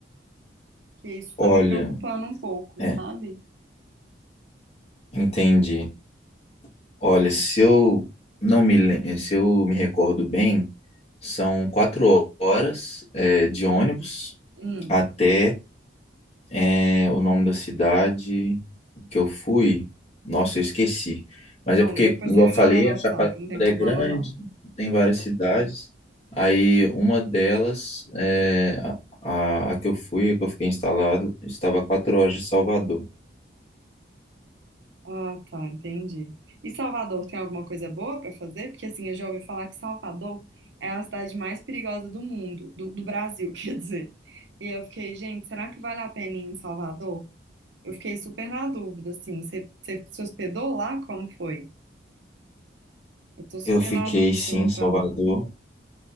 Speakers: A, on the right (about 75°); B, on the left (about 35°).
A: Que isso
B: Olha,
A: tá me preocupando um pouco,
B: é,
A: sabe?
B: entendi. Olha, se eu não me, lem- se eu me recordo bem, são quatro horas, é, de ônibus
A: Hum.
B: até É, o nome da cidade que eu fui, nossa, eu esqueci. Mas
A: Não,
B: é porque,
A: depois
B: igual
A: você me
B: eu falei,
A: manda no WhatsApp,
B: a Chapada
A: não tem
B: é
A: problema
B: grande,
A: não.
B: tem várias cidades. Aí uma delas, é, a, a a que eu fui, a que eu fiquei instalado, estava a quatro horas de Salvador.
A: Ah, tá, entendi. E Salvador tem alguma coisa boa pra fazer? Porque assim, eu já ouvi falar que Salvador é a cidade mais perigosa do mundo, do, do Brasil, <laughs> quer dizer. E eu fiquei, gente, será que vale a pena ir em Salvador? Eu fiquei super na dúvida, assim. Você, você se hospedou lá? Como foi? Eu tô super
B: Eu fiquei,
A: na dúvida
B: sim,
A: se eu vou
B: em Salvador.
A: pra lá.